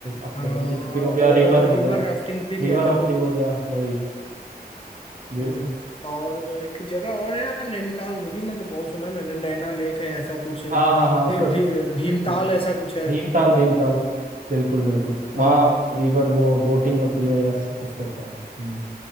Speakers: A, on the right; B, on the left.
A: आपके
B: हाँ
A: बंजी
B: और,
A: जंपिंग हो गया
B: और,
A: रिवर
B: और
A: हो
B: रिवर
A: गया
B: राफ्टिंग भी
A: रिवर
B: किया
A: राफ्टिंग
B: था वो
A: हो गया वही ये
B: हम्म
A: सब।
B: और एक जगह और है यार नैनीताल वो भी मतलब बहुत सुना है मैंने नैना लेक है ऐसा कुछ
A: हाँ हाँ हाँ उसमें
B: फिर भी, भीमताल
A: बोट
B: ऐसा कुछ है
A: भीमताल भीमताल बिल्कुल बिल्कुल वहाँ
B: हाँ
A: रिवर वो बोटिंग होती है या कुछ तो होता है हम्म,